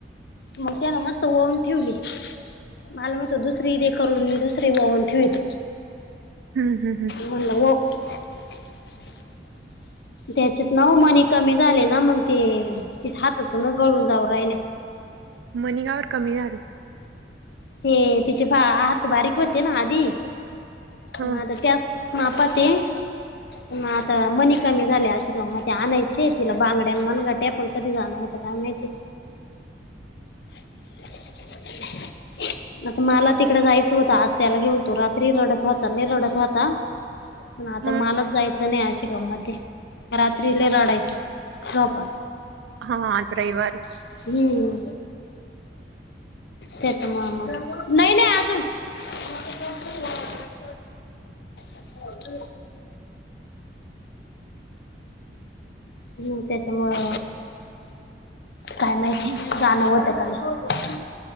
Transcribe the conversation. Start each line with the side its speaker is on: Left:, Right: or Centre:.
Left: मग त्या ना मस्त वऊन ठेवली. मला मतो दुसरी देे करून मी दुसरी वावून ठेवतो.
Right: हम् हम् हम.
Left: म्हणलं वो. <unintelligible> त्याच्यात नऊ मनी कमी झाले ना मग ते ति हातातूनच गळून जाऊ राहिल्या.
Right: मनीगावर कमी झाली.
Left: ते तिचे भा आत बारीक होते ना आधी
Right: हा.
Left: मग आता त्या मापा ते मग आता मनी कमी झाल्या अशी त म ते आणायचे तिला बांगड्यां मगा टेप पण कधी जाणं होतं काय माहिती <unintelligible> आता मला तिकडे जायचं होतं आज त्याला घेऊन तो रात्री रडत होता नाही रडत होता. पण आता
Right: हा
Left: मलाच जायचं नाही अशि गम म ते रात्रीला रडायचं झोप.
Right: हा आज् रविवार आहे.
Left: हम्म ते तर मग म नाही नाही अजून ह. हो. हम् त्याच्यामुळे काय माहिती
Right: हम्म.
Left: गाणं होतं क नाही.